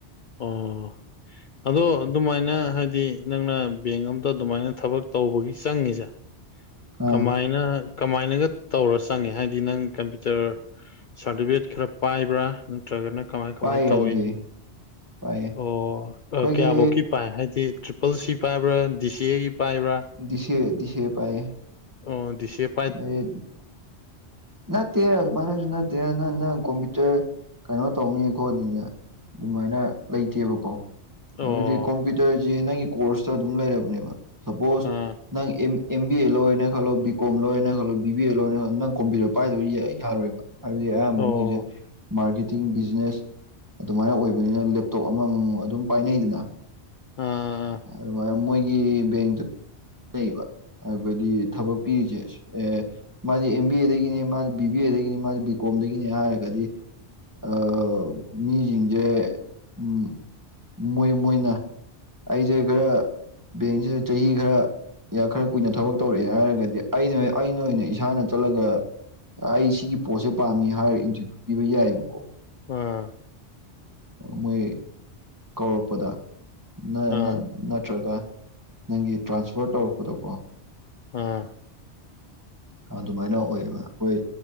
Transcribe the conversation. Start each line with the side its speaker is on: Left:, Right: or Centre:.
Left: ꯑꯣ ꯑꯗꯣ ꯑꯗꯨꯃꯥꯏꯅ ꯍꯥꯏꯗꯤ ꯅꯪꯅ ꯕꯦꯡ ꯑꯝꯗ ꯑꯗꯨꯃꯥꯏꯅ ꯊꯕꯛ ꯇꯧꯕꯒꯤ ꯆꯪꯉꯤꯁꯦ
Right: ꯑꯥ
Left: ꯀꯃꯥꯏꯅ ꯀꯃꯥꯏꯅꯒ ꯇꯧꯔ ꯆꯪꯉꯦ ꯍꯥꯏꯗꯤ ꯅꯪ ꯀꯝꯄ꯭ꯌꯨꯇꯔ ꯁꯥꯔꯇꯤꯐꯤꯀꯦꯠ ꯈꯔ ꯄꯥꯏꯕ꯭ꯔꯥ ꯅꯠꯇ꯭ꯔꯒꯅ ꯀꯃꯥꯏ ꯀꯃꯥꯏ
Right: ꯄꯥꯏꯌꯦ
Left: ꯇꯧꯋꯤ
Right: ꯑꯗꯨꯗꯤ ꯄꯥꯏꯌꯦ
Left: ꯑꯣ
Right: ꯑꯩꯈꯣꯏꯒꯤ
Left: ꯀꯌꯥꯐꯧꯀꯤ ꯄꯥꯏ ꯍꯥꯏꯗꯤ ꯇ꯭ꯔꯤꯄꯜ ꯁꯤ ꯄꯥꯏꯕ꯭ꯔꯥ ꯗꯤ ꯁꯤ ꯑꯦꯒꯤ ꯄꯥꯏꯕ꯭ꯔꯥ
Right: ꯗꯤ ꯁꯤ ꯑꯦ ꯗꯤ ꯁꯤ ꯑꯦ ꯄꯥꯏꯌꯦ
Left: ꯑꯣ ꯗꯤꯁꯦꯞ
Right: ꯑꯩ ꯅꯠꯇꯦ ꯑꯗꯨꯃꯥꯏꯅꯖꯨ ꯅꯠꯇꯦ ꯅꯪ ꯅꯪ ꯀꯣꯝꯄ꯭ꯌꯨꯇꯔ ꯀꯩꯅꯣ ꯇꯧꯅꯤ ꯈꯣꯠꯅꯤꯅ ꯑꯗꯨꯃꯥꯏꯅ ꯂꯩꯇꯦꯕꯀꯣ
Left: ꯑꯣ
Right: ꯍꯥꯏꯕꯗꯤ ꯀꯝꯄ꯭ꯌꯨꯇꯔꯖꯤ ꯅꯪꯒꯤ ꯀꯣꯔꯁꯇ ꯑꯗꯨꯝ ꯂꯩꯔꯕꯅꯦꯕ ꯁꯄꯣꯁ
Left: ꯑꯥ
Right: ꯅꯪ ꯑꯦꯝ ꯑꯦꯝ ꯕꯤ ꯑꯦ ꯂꯧꯔꯦꯅ ꯈꯜꯂꯣ ꯕꯤ ꯀꯣꯝ ꯂꯣꯏꯅ ꯈꯜꯂꯣ ꯕꯤ ꯕꯤ ꯑꯦ ꯂꯧꯔꯦꯅ ꯈꯜꯂꯣ ꯅꯪ ꯀꯣꯝꯄꯤꯇꯔ ꯄꯥꯏꯗꯕ ꯌꯥ ꯌꯥꯔꯣꯏꯕ ꯍꯥꯏꯕꯗꯤ ꯑꯌꯥꯝꯕ
Left: ꯑꯣ
Right: ꯃꯣꯏꯖꯦ ꯃꯥꯔꯀꯦꯇꯤꯡ ꯕꯤꯖꯤꯅꯦꯁ ꯑꯗꯨꯃꯥꯏꯅ ꯑꯣꯏꯕꯅꯤꯅ ꯂꯦꯞꯇꯣꯞ ꯑꯃꯃꯝ ꯑꯗꯨꯝ ꯄꯥꯏꯅꯩꯗꯅ
Left: ꯑꯥ
Right: ꯑꯗꯨꯃꯥꯏꯅ ꯃꯣꯏꯒꯤ ꯕꯦꯡꯛ ꯅꯩꯕ ꯍꯥꯏꯕꯗꯤ ꯊꯕꯛ ꯄꯤꯔꯤꯖꯦ ꯑꯦ ꯃꯥꯗꯤ ꯑꯦꯝ ꯕꯤ ꯑꯦꯗꯒꯤꯅꯦ ꯃꯥꯖꯦ ꯕꯤ ꯕꯤ ꯑꯦꯗꯒꯤꯅꯦ ꯃꯥꯖꯦ ꯕꯤ ꯀꯣꯝꯗꯒꯤꯅꯤ ꯍꯥꯏꯔꯒꯗꯤ ꯑꯥ ꯃꯤꯖꯤꯡꯖꯦ ꯎꯝ ꯃꯣꯏ ꯃꯣꯏꯅ ꯑꯩꯖꯦ ꯈꯔ ꯕꯦꯡꯛꯖꯤꯗ ꯆꯍꯤ ꯈꯔ ꯈꯔ ꯀꯨꯏꯅ ꯊꯕꯛ ꯇꯧꯔꯛꯑꯦ ꯍꯥꯏꯔꯒꯗꯤ ꯑꯩꯅ ꯑꯩꯅ ꯑꯣꯏꯅ ꯏꯁꯥꯅ ꯆꯠꯂꯒ ꯑ ꯑꯩ ꯁꯤꯒꯤ ꯄꯣꯠꯁꯦ ꯄꯥꯝꯃꯤ ꯍꯥꯏꯔ ꯏꯟꯇꯔꯚꯤꯌꯨ ꯄꯤꯕ ꯌꯥꯏꯑꯕꯀꯣ
Left: ꯑꯥ
Right: ꯃꯣꯏ ꯀꯧꯔꯛꯄꯗ ꯅ
Left: ꯑꯥ ꯑꯥ
Right: ꯅꯠ ꯅꯠꯇ꯭ꯔꯒ ꯅꯪꯒꯤ ꯇ꯭ꯔꯥꯟꯁꯐꯔ ꯇꯧꯔꯛꯄꯗꯀꯣ
Left: ꯑꯥ
Right: ꯑꯗꯨꯃꯥꯏꯅ ꯑꯣꯏꯌꯦꯕ ꯑꯩꯈꯣꯏ